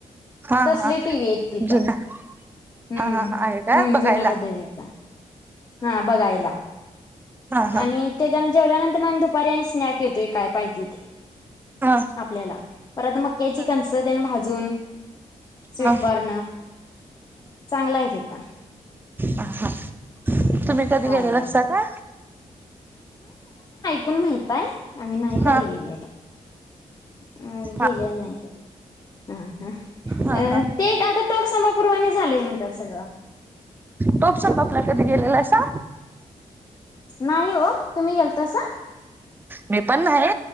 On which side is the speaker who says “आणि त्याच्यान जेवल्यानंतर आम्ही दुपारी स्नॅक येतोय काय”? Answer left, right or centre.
Left